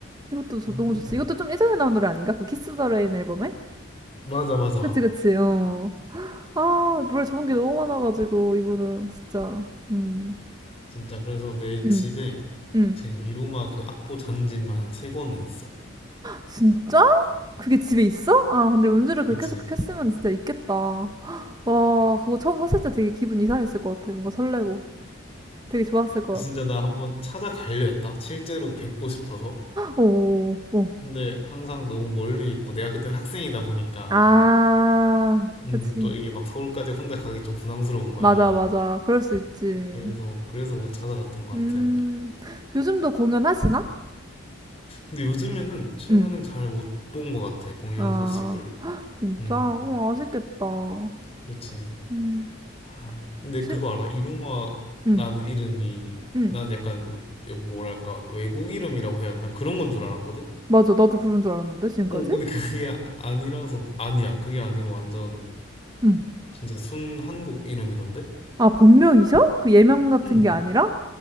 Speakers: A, on the right; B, on the left.
A: 이것도 저-
B: 음,
A: 너무 좋지. 이것도 좀 예전에 나온 노래 아닌가? 그 키스 더 레인 앨범에?
B: 맞아, 맞아.
A: 그치, 그치, 어. 아, 노래 좋은 게 너무 많아가지고, 이분은 진짜. 음.
B: 진짜, 그래서 내
A: 음.
B: 집에
A: 음.
B: 지금 이로마 그 악보 전집만 한 세 권은 있어.
A: 진짜? 그게 집에 있어? 아, 근데 연주를 그렇게
B: 그치.
A: 계속 했으면 진짜 있겠다. 와, 그거 처음 샀을 때 되게 기분 이상했을 것 같아. 뭔가 설레고. 되게 좋았을 것
B: 진짜
A: 같아.
B: 나 한번 찾아가려 했다. 실제로 뵙고 싶어서.
A: 오, 오.
B: 근데 항상 너무 멀리 있고, 내가 그때는 학생이다 보니까,
A: 아,
B: 음,
A: 그치.
B: 또 이게 막 서울까지 혼자 가기 좀 부담스러운 거야.
A: 맞아, 맞아. 그럴 수 있지.
B: 그래서 그래서 못 찾아갔던 것
A: 음.
B: 같아.
A: 요즘도 공연하시나?
B: 근데 요즘에는 최근엔
A: 응.
B: 잘 못 본 것 같아 공연
A: 아,
B: 소식을.
A: 진짜?
B: 음,
A: 어, 아쉽겠다.
B: 그렇지.
A: 음,
B: 아, 근데
A: 실,
B: 그거 알아? 이루마라는
A: 음,
B: 이름이
A: 음.
B: 난 약간 으- 뭐랄까 외국 이름이라고 해야 되나 그런 건 줄 알았거든.
A: 맞아. 나도 그런 줄 알았는데, 지금까지?
B: 어, 근데 그게 아- 아니라서 아니야. 그게 아니고 완전
A: 음.
B: 진짜 순 한국 이름이던데.
A: 아, 본명이셔? 그 예명 같은
B: 응,
A: 게 아니라?